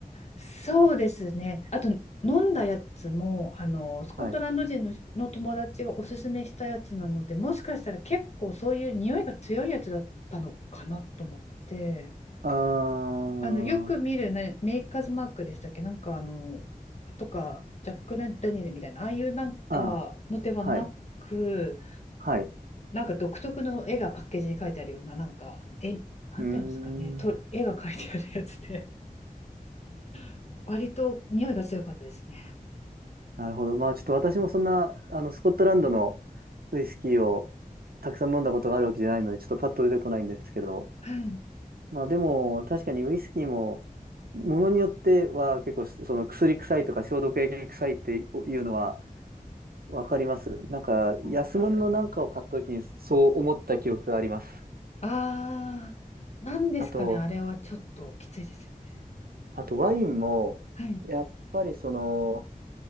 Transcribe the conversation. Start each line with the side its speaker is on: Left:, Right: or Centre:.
Left: そうですね。あと飲んだやつもあのスコットランド人の、
Right: はい。
Left: の友達がおすすめしたやつなので、もしかしたら結構そういう匂いが強いやつだったのかなと思って、
Right: ああ、
Left: あのよく見る、ね、メーカーズマークでしたっけ、なんかあのとかジャック・ダニエルみたいなああいうなんかのではなく、
Right: ああ、はい、はい。
Left: なんか独特の絵がパッケージに書いてあるような、なんか、絵、なんていうんですかね、
Right: うーん。
Left: と、絵が書いてあるやつで、<laughs> 割と匂いが強かったですね。
Right: なるほど。まあちょっと私もそんな、あの、スコットランドのウイスキーをたくさん飲んだことがあるわけじゃないので、ちょっとパッと出てこないんですけど、
Left: はい
Right: まあでも確かにウイスキーも、ものによっては結構その薬臭いとか消毒液臭いっていうのはわかります。なんか安物のなんかを買った時にそう思った記憶があります。
Left: そうです。ああ、なんですかね、
Right: あと、
Left: あれはちょっときついですよね。
Right: あとワインも、
Left: はい。
Right: やっぱりその、